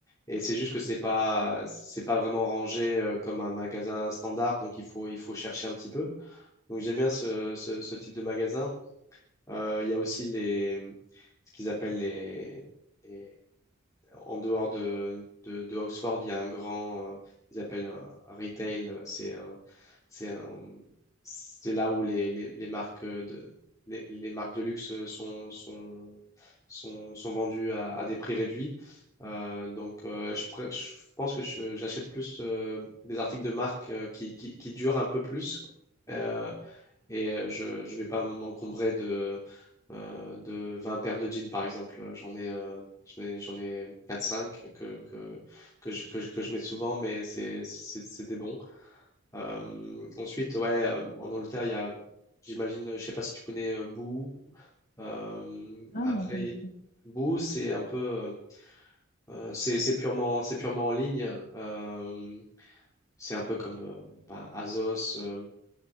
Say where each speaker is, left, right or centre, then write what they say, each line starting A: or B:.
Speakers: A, on the left; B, on the left.
A: et c'est juste que c'est pas, c'est pas vraiment rangé euh, comme un magasin standard, donc il faut, il faut chercher un petit peu. Donc j'aime bien ce, ce, ce type de magasin. Euh, Il y a aussi les, ce qu'ils appellent les les en dehors de, de, de Oxford, il y a un grand, euh, ils appellent un un retail, euh, c'est un- c'est un- c'est là où les, les, les marques euh, de, les, les marques de luxe euh, sont, sont, sont, sont vendues à, à des prix réduits. Euh, donc, euh, je, pré- je pense que je- j'achète plus euh, des articles de marque euh, qui, qui, qui durent un peu plus. Euh, et euh, je je vais pas m'encombrer de, euh, de 20 paires de jeans, par exemple. J'en ai, euh, j'en ai, j'en ai 4-5 que, que, que, je, que, je, que je mets souvent, mais c'est c'est- c'est des bons. Euh, ensuite, ouais, euh, en Angleterre, il y a, j'imagine, je sais pas si tu connais euh, Boo. Euh,
B: Ah
A: après,
B: non, pas du tout.
A: Boo, c'est un peu, euh, euh, c'est c'est purement, c'est purement en ligne. Euh, c'est un peu comme euh, bah, Azos euh,